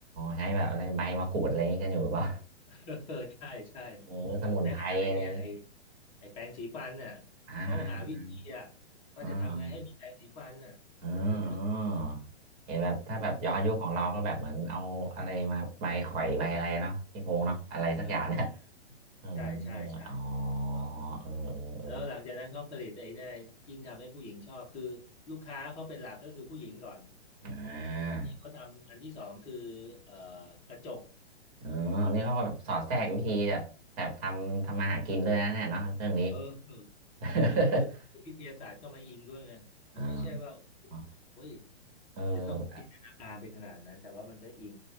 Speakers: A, on the right; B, on the left.
A: ใช้แบบอะไรใบมะกรูดอะไรอย่างนี้กันอยู่หรือเปล่า
B: <laughs> เออใช่ใช่
A: เออสมุนไพรอะไรอย่างงี้
B: แม้กระทั่งไอเนี่ยไอไอแปรงสีฟันน่ะ
A: อ่าอ่า
B: เขาหาวิธีอ่ะว่าจะทำไงให้มีแปรงสีฟันน่ะ
A: อ่าอ่าอ่า
B: <laughs>
A: เห็นแบบถ้าแบบย้อนยุคของเราก็แบบเหมือนเอาอะไรมาใบข่อยใบอะไรเนาะพี่พงษ์เนาะอะไรสักอย่างนะ
B: เออ
A: เออเอออ๋อ
B: ใช่ใช่ใช่ถูกต้อง
A: เออเออเออ
B: แล้วหลังจากนั้นเขาผลิตไอ้เนี่ยยิ่งทำให้ผู้หญิงชอบคือลูกค้าเขาเป็นหลักก็คือผู้หญิงก่อน
A: อ่
B: ไอ้ที่เขาทำอันที่สองคือ
A: า
B: เอ่อกระจก
A: เออนี่เขาก็แบบสอดแทรกวิธีแบบแบบทำทำมาหากินด้วยนะเนี่ยเนาะเรื่องนี้
B: เออคื
A: <laughs>
B: อคือมันมีวิทยาศาสตร์เข้ามาอิงด้วยไงมันไม่ใช่ว่า
A: อ่าอ๋อ
B: เฮ้ย
A: เออ
B: จะต้องจินตนาการไปขนาดนั้นแต่ว่ามันก็อิง